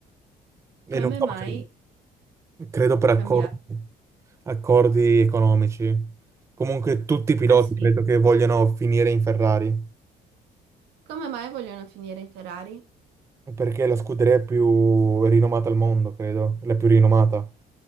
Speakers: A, on the right (about 15°); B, on the right (about 90°).
A: E
B: come
A: non sta
B: mai
A: facendo, credo per accordi,
B: cambiare?
A: accordi economici. Comunque tutti i piloti
B: Ah sì?
A: credo che vogliano finire in Ferrari.
B: Come mai vogliono finire in Ferrari?
A: Perché è la scuderia più rinomata al mondo, credo, la più rinomata,